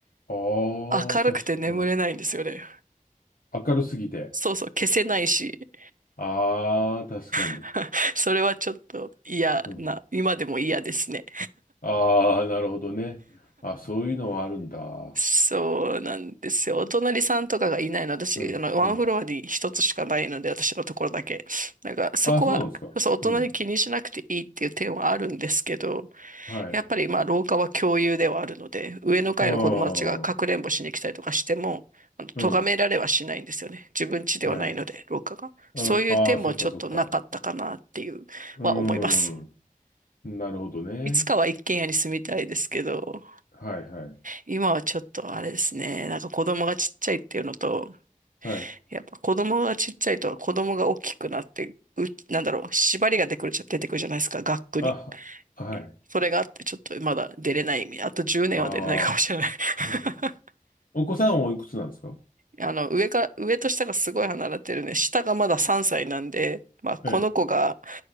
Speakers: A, on the left; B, on the right.
A: あ
B: 明るくて眠れないんですよね。
A: あ、確か、あ明るすぎて。
B: そうそう、消せないし。
A: ああ、確かに。
B: <laughs> それはちょっと嫌な、
A: うん。
B: 今でも嫌ですね。
A: ああ、なるほどね。あ、そういうのはあるんだ。
B: そうなんですよ。お隣さんとかがいないの、私、
A: うん、
B: あの、ワンフロアに一つしかないので、
A: うん。
B: 私のところだけ。なんか、そこは、
A: あ、そうなんですか。
B: そう、お隣気にしなくていいっていう点はあるんですけど、
A: うん。はい。
B: やっぱりまあ廊下は共有ではあるので、上の階の子供たちがかくれんぼしに来たりとかしても、
A: ああ。
B: あの、
A: うん。
B: 咎められはしないんですよね。自分家ではないので、
A: はい。
B: 廊下が。
A: うん、
B: そういう点もちょっとなかったかなっていうは思います。
A: ああ、そっかそっか。うん。なるほどね。
B: いつかは一軒家に住みたいですけど、
A: はいはい。
B: 今はちょっとあれですね、なんか子供がちっちゃいっていうのと、
A: はい。
B: やっぱ子供がちっちゃいと子供が大きくなって、う、なんだろう、縛りが出てくるじゃ、出てくるじゃないですか、学区に。
A: あ、ははい。
B: それがあってちょっとまだ出れない。あと10年は出れないかもしれない。
A: ああ、
B: <laughs>
A: うん。お子さんはおいくつなんですか
B: あの、上が、上と下がすごい離れてるね。下がまだ3歳なんで、まあ、この子が
A: ええ。